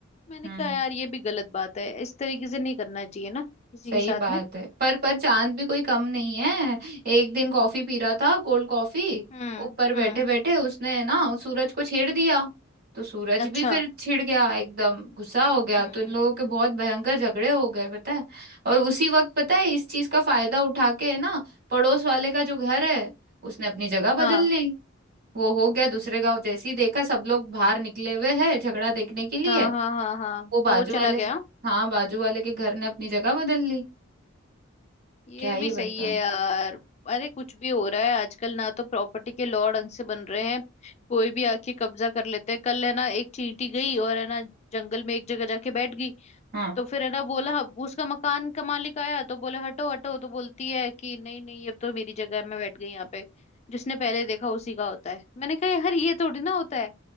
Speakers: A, on the left; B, on the right.
A: मैंने
B: हम्म
A: कहा यार ये भी गलत बात है इस तरीके से नहीं करना चाहिए ना किसी
B: सही
A: के साथ
B: बात
A: में
B: है पर पर चांद भी कोई कम नहीं है एक दिन कॉफी पी रहा था कोल्ड कॉफी
A: हम्म
B: ऊपर
A: हम्म
B: बैठे बैठे उसने ना उस सूरज को छेड़ दिया तो सूरज
A: अच्छा
B: भी फिर छिड़ गया एकदम गुस्सा हो गया
A: हम्म
B: तो इन लोगों के बहुत भयंकर झगड़े हो गए पता है और उसी वक्त पता है इस चीज का फायदा उठा के ना पड़ोस वाले का जो घर है उसने अपनी जगह बदल
A: हाँ
B: ली वो हो गया दूसरे गांव जैसे ही देखा सब लोग बाहर निकले हुए हैं झगड़ा देखने के लिए
A: हाँ हाँ हाँ हाँ
B: वो बाजू
A: तो वो चला
B: वाले
A: गया
B: हाँ बाजू वाले के घर ने अपनी जगह बदल ली
A: ये
B: क्या ही
A: भी
B: बता
A: सही है यार अरे कुछ भी हो रहा है आजकल ना तो प्रॉपर्टी के लॉ ढंग से बन रहे हैं कोई भी आके कब्जा कर लेते हैं कल है ना एक चींटी गई और है ना जंगल में एक जगह जाके बैठ गई
B: हाँ
A: तो फिर है ना बोला हम- उसका मकान का मालिक आया तो बोले हटो हटो तो बोलती है कि नहीं नहीं अब तो मेरी जगह है मैं बैठ गई यहाँ पे जिसने पहले देखा उसी का होता है मैंने कहा यार ये थोड़ी ना होता है